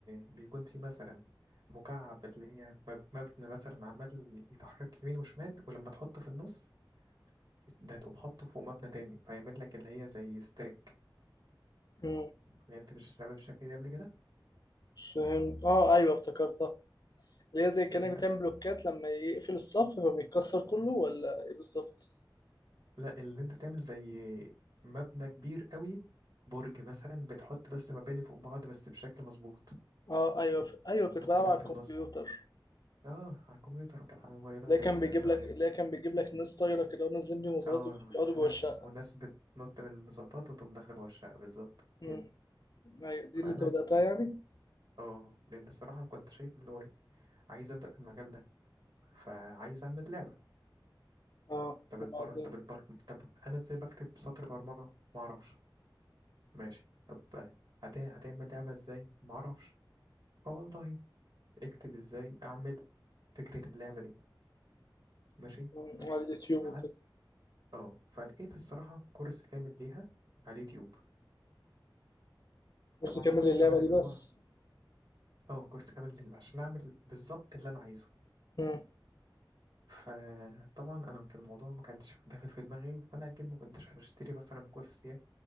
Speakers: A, on the right; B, on the left.
A: بيكون فيه مثلا مكعب اللي هي مب- مبنى مثلا عمال يتحرك يمين وشمال ولما تحطه في النص ده تقوم حاطه فوق مبنى تاني فيعمل لك اللي هي زي ستاك
B: امم
A: لعبت مش لعبة بالشكل ده قبل كده
B: فهمت اه ايوه افتكرتها اللي هي زي كأنك
A: اللي أنت
B: بتعمل بلوكات لما يقفل الصف فبيتكسر كله ولا ايه بالظبط؟
A: لا اللي انت بتعمل زي مبنى كبير قوي برج مثلا بتحط بس مباني فوق بعض بس بشكل مظبوط
B: اه ايوه ف... ايوه كنت
A: حط
B: بلعب
A: كلهم
B: على
A: في
B: الكمبيوتر
A: النص اه على الكمبيوتر وكانت على الموبايلات
B: اللي كان
A: اللي هي
B: بيجيب
A: بزراير
B: لك اللي كان بيجيب لك ناس طايره كده ونازلين بمظلات
A: اه
B: وبيقعدوا جوه
A: ناس
B: الشقه
A: وناس بتنط من المظبط وتقوم داخله جوه الشقه بالظبط
B: امم
A: هي دي
B: ايوه دي
A: فانا
B: اللي انت بداتها يعني
A: اه لان الصراحه كنت شايف اللي هو ايه عايز ابدا في المجال ده فعايز اعمل لعبه
B: اه
A: طب
B: وبعدين
A: البر طب البر طب انا ازاي بكتب سطر برمجه ما اعرفش ماشي طب هت... هتعمل لعبه ازاي ما اعرفش فوالله اكتب ازاي اعمل فكرة اللعبة دي ماشي
B: مم.
A: ماشي
B: على اليوتيوب
A: حتى
B: وكده
A: اه فلقيت الصراحة كورس كامل ليها على اليوتيوب
B: بس
A: طبعا
B: كمل
A: انا ما كنتش
B: اللعبه
A: واخد
B: دي
A: اللي
B: بس
A: هو اه كورس كامل لل- عشان اعمل بالظبط اللي انا عايزه
B: امم
A: فطبعا انا كان الموضوع ما كانش داخل في دماغي فانا اكيد ما كنتش هشتري مثلا كورس ليها